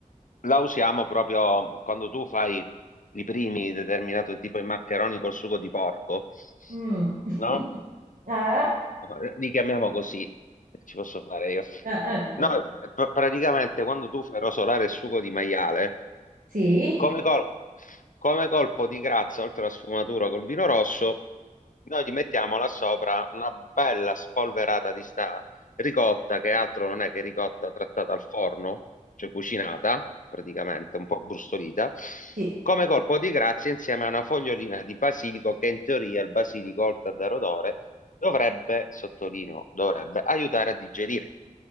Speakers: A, on the left; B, on the right.
A: la usiamo proprio quando tu fai i primi determinato tipo i maccheroni col sugo di porco,
B: Mm. <laughs>
A: no?
B: Eh?
A: No, li chiamiamo così, ci posso fare io.
B: Eh, eh, vabbè.
A: No, pr- praticamente quando tu fai rosolare il sugo di maiale,
B: Sì,
A: come, col- come colpo di grazia, oltre alla sfumatura col vino rosso, noi gli mettiamo là sopra una bella spolverata di sta ricotta, che altro non è che ricotta trattata al forno, cioè cucinata, praticamente, un po' brustolita.
B: Sì,
A: Come colpo di grazia, insieme a una fogliolina di basilico, che in teoria il basilico, oltre a dare odore, dovrebbe, sottolineo, dovrebbe aiutare a digerire.